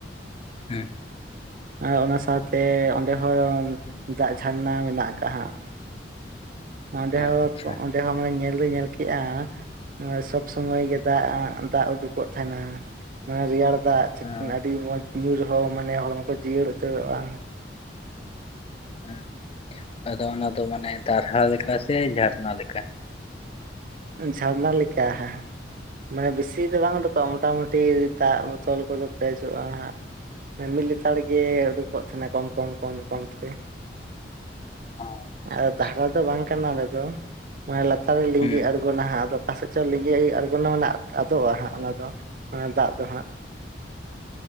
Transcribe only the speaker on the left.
ᱦᱩᱸ
ᱟᱪᱪᱷᱟ
ᱦᱩᱸ
ᱦᱮᱸ ᱟᱫᱚ ᱚᱱᱟ ᱫᱚ ᱢᱟᱱᱮ ᱫᱟᱨᱦᱟ ᱞᱮᱠᱟ ᱥᱮ ᱡᱷᱟᱨᱱᱟ ᱞᱮᱠᱟ?
ᱟᱪᱪᱷᱟ
ᱟᱪᱪᱷᱟ
ᱦᱩᱸ